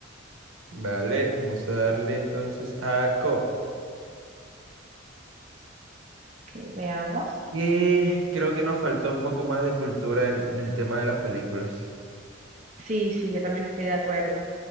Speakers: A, on the right; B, on the right.
A: Vale, vamos a darle entonces a Cop,
B: Ok, veamos.
A: que creo que nos faltó un poco más de cultura en, en el tema de las películas.
B: Sí, sí, yo también estoy de acuerdo.